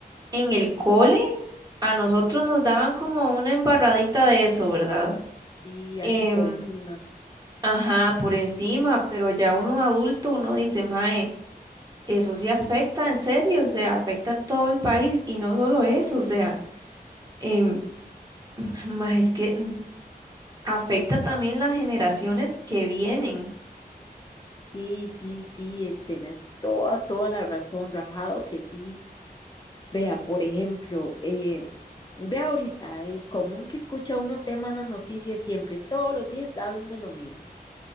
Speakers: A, on the right; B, on the left.
A: en el cole a nosotros nos daban como una embarradita de eso, ¿verdad?
B: Y así
A: Em,
B: por encima.
A: ajá, por encima, pero ya uno adulto, uno dice, mae, eso sí afecta en serio, o sea, afecta a todo el país y no solo eso, o sea, em, <sighs> mae, es que mm, afecta también las generaciones que vienen.
B: Sí, sí, sí, eh, tenés toda, toda la razón, rajado que sí. Vea, por ejemplo, eh, vea ahorita, el común que escucha uno tema en las noticias siempre, todos los días hablan de lo mismo.